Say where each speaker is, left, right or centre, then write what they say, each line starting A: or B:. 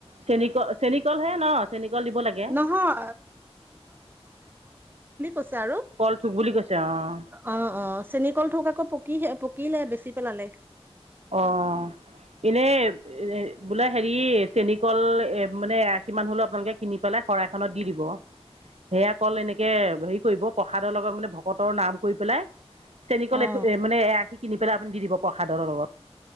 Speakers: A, on the right; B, on the right.
A: চেনী চেনি কলহে ন? চেনিকল দিব লাগে।
B: নহয় ছে আৰু
A: কল থোক বুলি কৈছে অঁ
B: অ' অ' চেনিকল থোক আকৌ পকি পকিলে বেছি পেলালে।
A: অ', এনেই এ বোলে হেৰি চেনিকল এ মানে এ আশী মান হলেও আপোনালোকে কিনি পালে শৰাই খনত দি দিব সেয়া অকল এনেকে হেৰি কৰিব প্ৰসাদৰ লগত মানে ভকতৰ নাম কৰি পেলাই চেনিকল
B: অ
A: এ মানে এআখি কিনি পেলাই আপুনি দি দিব প্ৰসাদৰ লগত।